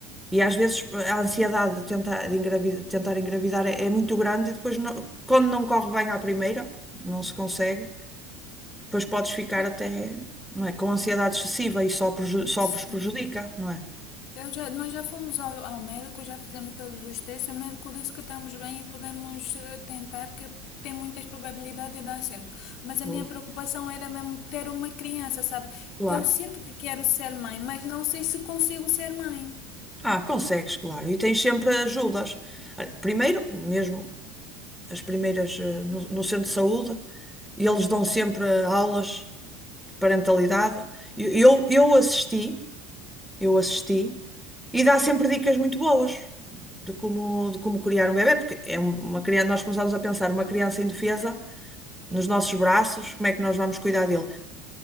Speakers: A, in the centre; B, on the left.
A: E às vezes a ansiedade de tentar, de engravidar, de tentar engravidar é, é muito grande e depois, não- quando não corre bem à primeira, não se consegue, depois podes ficar
B: É-
A: até, não é, com ansiedade excessiva e só, preju- só
B: Sim.
A: vos prejudica, não é?
B: Eu já, nós já fomos ao, ao médico, já fizemos todos os testes. O médico disse que estamos bem e podemos eh, tentar, que tem muitas probabilidades de dar certo. Mas
A: Boa.
B: a minha preocupação era mesmo ter uma criança, sabe?
A: Claro.
B: Eu sinto que quero ser mãe, mas não sei se consigo ser mãe.
A: Ah, consegues, claro. E tens sempre ajudas. Olha, Primeiro, mesmo as primeiras eh, no, no centro de saúde, e eles dão sempre eh, aulas de parentalidade. E Eu, eu assisti, eu assisti, e dá sempre dicas muito boas de como, de como criar um bebé, porque é um- uma criança, nós começamos a pensar uma criança indefesa nos nossos braços, como é que nós vamos cuidar dele?